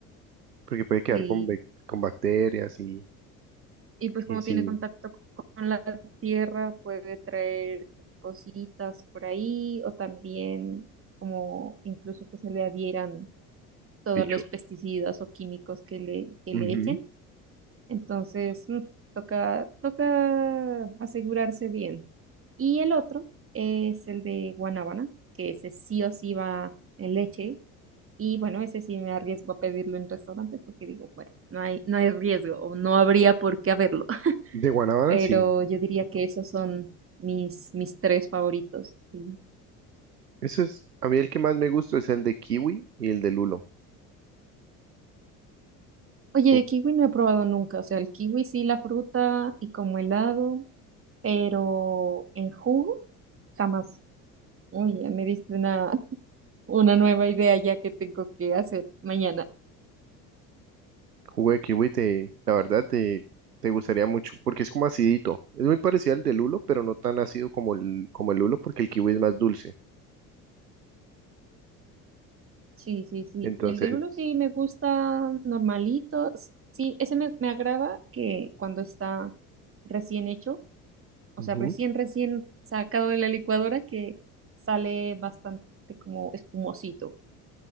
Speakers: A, on the right; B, on the right.
A: porque puede quedar
B: sí.
A: con, bec- con bacterias y,
B: Y pues como
A: y sí,
B: tiene contacto con la tierra, puede traer cositas por ahí o también como incluso que se le adhieran todos
A: bichos.
B: los pesticidas o químicos que le, que
A: Ujú.
B: le echen. Entonces, mm, toca, toca asegurarse bien. Y el otro es el de Guanábana, que ese sí o sí va en leche. Y bueno, ese sí me arriesgo a pedirlo en restaurantes porque digo, bueno, no hay, no hay riesgo o no habría por qué haberlo. <laughs>
A: De guanábana,
B: Pero
A: sí.
B: yo diría que esos son mis, mis tres favoritos. sí.
A: Eso es, a mí el que más me gusta es el de kiwi y el de lulo.
B: Oye,
A: Uf,
B: de kiwi no he probado nunca. O sea, el kiwi sí, la fruta y como helado, pero en jugo jamás. Uy, ya me diste una, <laughs> una nueva idea ya que tengo que hacer mañana.
A: Jugo de kiwi te, la verdad te, te gustaría mucho porque es como acidito. Es muy parecido al de lulo, pero no tan ácido como el, como el lulo porque el kiwi es más dulce.
B: Sí, sí, sí.
A: Entonces,
B: El de Lulo sí me gusta normalito. S- Sí, ese me, me agrada que cuando está recién hecho, o
A: ujú,
B: sea, recién, recién sacado de la licuadora, que sale bastante como espumosito.